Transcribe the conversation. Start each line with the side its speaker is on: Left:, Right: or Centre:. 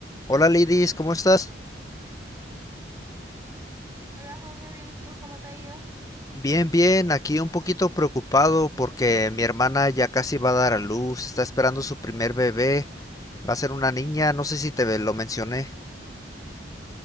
Left: Hola Lidis, ¿cómo estás?
Right: Hola José, bien, ¿y tú cómo te ha ido?
Left: Bien, bien, aquí un poquito preocupado porque mi hermana ya casi va a dar a luz, está esperando su primer bebé, va a ser una niña, no sé si te lo mencioné.